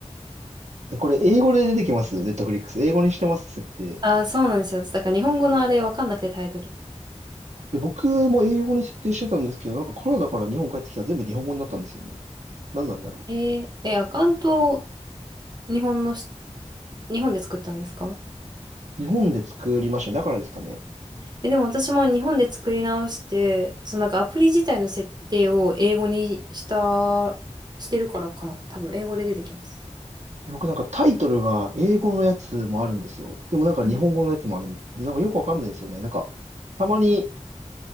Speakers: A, on the right; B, on the right.
A: え、これ英語で出てきますネットフリックス。英語にしてます、設定。
B: ああ、そうなんですよ。だから日本語のあれわかんなくてタイトル。
A: え、僕も英語に設定してたんですけど、なんかカナダから日本帰ってきたら全部日本語になったんですよね。何なんだろ
B: えー、え、アカウントを日本のし、日本で作ったんですか
A: う。日本で作りましたね。だからですかね。
B: え、でも私も日本で作り直して、そのなんかアプリ自体の設定を英語にした、してるからかな。多分英語で出てきます。
A: え僕なんかタイトルが英語のやつもあるんですよ。でもなんか日本語のやつもあるんです。
B: はい、
A: で、なんかよくわかんないんですよね。なんか、たまに